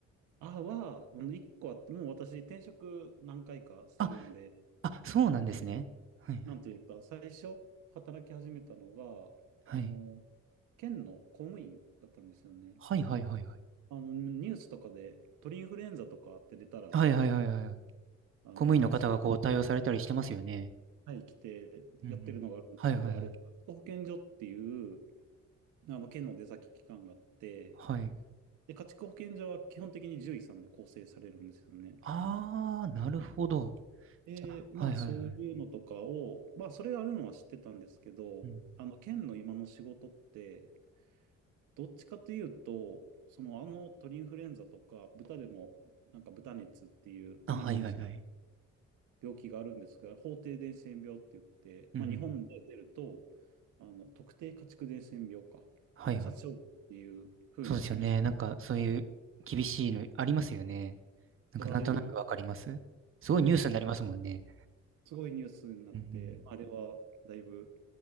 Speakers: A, on the right; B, on the right.
A: あは、あの、一個あって、もう私、転職何回かしてるんで、
B: あ、あ、そうなんですね。
A: あの、
B: はい
A: なんていうか、最初、働き始めたのが、
B: はい。
A: あの、県の公務員だったんですよね。
B: はい。はいはいはいはい。
A: あの、ニュースとかで、鳥インフルエンザとかって出たら、
B: はいはいはいはいはい。
A: なんか、あの、
B: 公務員の方がこう対応されたりしてますよね。
A: はい、来てやってるのがあるんですけど、
B: うんうん。はいはいはい。
A: あれ、家畜保健所っていう、あの、県の出先機関があって、
B: はい。
A: で、家畜保健所は基本的に獣医さんで構成されるんですよね。
B: あー、なるほど。
A: で、
B: あ、
A: まあそういうのとかを、
B: はいはいはい。
A: まあそれがあるのは知ってたんですけど、
B: うん。
A: あの県の今の仕事って、どっちかというと、そのあの鳥インフルエンザとか豚でもなんか豚熱っていうたまにニュース
B: あ、はいはいはい。
A: 病気があるんですが法定伝染病って言って、
B: うんうんうん。
A: まあ、日本で出るとあの特定家畜伝染病かあの殺傷っていう風な厳しいことが
B: はいはい。そうですよね。なんかそういう厳しいのありますよね。なんかなんとなくわかりますすごいニュースになりますもんね。
A: 取られる病気すごいニュースになって、
B: うん、
A: あれはだいぶ